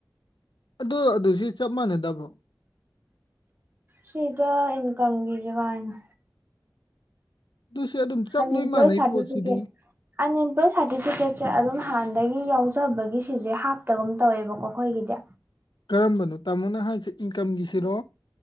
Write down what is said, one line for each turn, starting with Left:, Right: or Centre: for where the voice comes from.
Left: ꯑꯗꯣ ꯑꯗꯨꯁꯤ ꯆꯞ ꯃꯥꯟꯅꯗꯕ꯭ꯔꯣ
Right: ꯁꯤꯗ ꯏꯟꯀꯝꯒꯤꯖꯦ ꯀꯥꯏꯅꯣ
Left: ꯑꯗꯨꯁꯨ ꯑꯗꯨꯝ ꯆꯞ
Right: ꯑꯟꯏꯝꯄ꯭ꯂꯣꯏ
Left: ꯂꯣꯏ ꯃꯥꯟꯅꯩ
Right: ꯁꯔꯇꯤꯐꯤꯀꯦꯠ
Left: ꯄꯣꯠꯁꯤꯗꯤ
Right: ꯑꯟꯏꯝꯄ꯭ꯂꯣꯏ ꯁꯥꯔꯇꯤꯐꯤꯀꯦꯠꯁꯦ ꯑꯗꯨꯝ ꯍꯥꯟꯅꯗꯒꯤ ꯌꯥꯎꯖꯕꯒꯤ ꯁꯤꯁꯦ ꯍꯥꯞꯇꯕꯒꯨꯝ ꯇꯧꯋꯦꯕꯀꯣ ꯑꯩꯈꯣꯏꯒꯤꯗꯤ
Left: ꯀꯔꯝꯕꯅꯣ ꯇꯥꯃꯣꯅ ꯍꯥꯏꯖꯦ ꯏꯟꯀꯝꯒꯤꯁꯤꯔꯣ